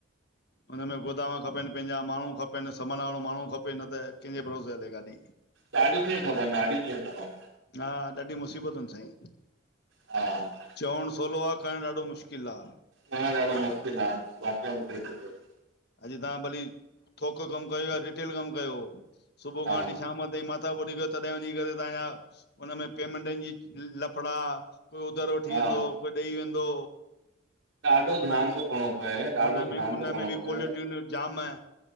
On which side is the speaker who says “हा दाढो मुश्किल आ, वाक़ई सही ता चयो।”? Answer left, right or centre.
Right